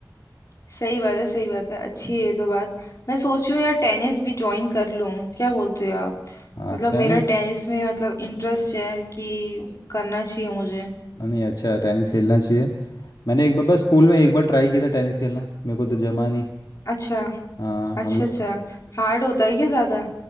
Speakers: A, on the left; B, on the left.
A: सही बात है सही बात है अच्छी है ये तो बात मैं सोच रही हूँ यार टेनिस भी ज्वाइन कर लूँ क्या बोलते हो आप
B: हाँ
A: मतलब
B: अच्छा
A: मेरा
B: है ना
A: टेनिस में मतलब इंटरेस्ट है कि करना चाहिए मुझे
B: हाँ, नहीं अच्छा है टेनिस खेलना चाहिए मैंने एक बार बस स्कूल में एक बार ट्राई किया था टेनिस खेलना मेरे को तो जमा नहीं
A: अच्छा
B: हाँ
A: अच्छा
B: हम लोग
A: अच्छा हार्ड होता है क्या ज्यादा